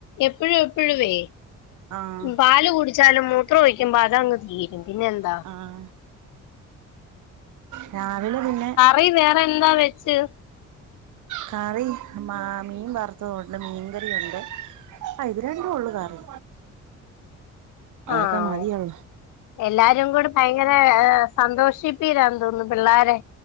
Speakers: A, on the left; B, on the right.
A: എപ്പൊഴും എപ്പൊഴുമേ
B: ആഹ്
A: പാല് കുടി ച്ചാലും മൂത്രോഴിക്കുമ്പൊ അതങ് തീരും പിന്നെന്താ
B: ആഹ രാവിലെ പിന്നെ
A: പയി വേറെ എന്താ വെച്ച്
B: കറി മാ മീൻ വറുത്തത് ഒണ്ട് മീൻകറിഒണ്ട് ആ ഇത് രണ്ടും ഉള്ളൂ കറി അതൊക്കെ
A: ആഹ
B: മതിയല്ലോ
A: എല്ലാരും കൂടി ഭയങ്കരെ സന്തോഷി പ്പീരാന്ന് തോന്നുന്നു പിള്ളാരെ